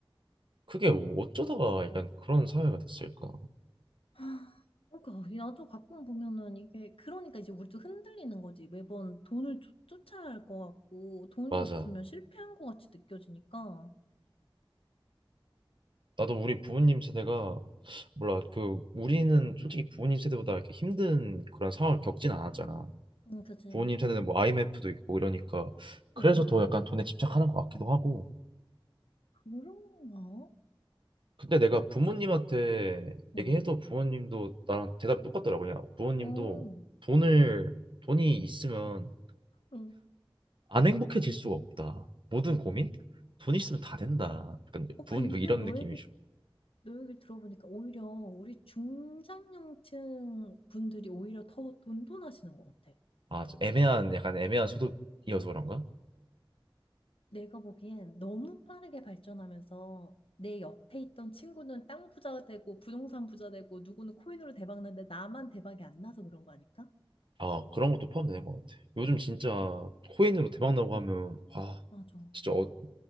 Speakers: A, on the right; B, on the left.
A: 그게 어쩌다가 약간 그런 사회가 됐을까?
B: <gasps> 하, 그러니까 나도 가끔 보면은 이게 그러니까 이제 우리도 흔들리는 거지. 매번 돈을 쫓- 쫓아야 할 것 같고 돈이
A: 맞아.
B: 없으면 실패한 것 같이 느껴지니까.
A: 나도 우리 부모님 세대가 몰라 그 우리는 솔직히 부모님 세대보다 이렇게 힘든 그런 상황을 겪진 않았잖아.
B: 응, 그지.
A: 부모님 세대는 뭐 IMF도 있고 이러니까 그래서
B: 응, 응.
A: 더 약간 돈에 집착하는 것 같기도 하고.
B: 그런가?
A: 근데 내가
B: 그럴
A: 부모님한테
B: 수도 있겠다.
A: 얘기해도
B: 응.
A: 부모님도 나랑 대답이 똑같더라고. 그냥 부모님도
B: 어.
A: 돈을 돈이 있으면
B: 응.
A: 안 행복해질 수가 없다. 모든 고민 돈 있으면 다 된다. 약간
B: 어,
A: 부모님도
B: 근데
A: 이런
B: 너
A: 느낌이죠.
B: 얘기, 너 얘기 들어보니까 오히려 우리 중장년층 분들이 오히려 더 돈돈하시는 것 같아.
A: 아 애매한 약간 애매한 소득이어서 그런가?
B: 내가 보기엔 너무 빠르게 발전하면서 내 옆에 있던 친구는 땅 부자 되고 부동산 부자 되고 누구는 코인으로 대박 났는데 나만 대박이 안 나서 그런 거 아닐까?
A: 아, 그런 것도 포함되는 것 같아. 요즘 진짜 코인으로 대박 나고 하면 아,
B: 맞아.
A: 진짜 어,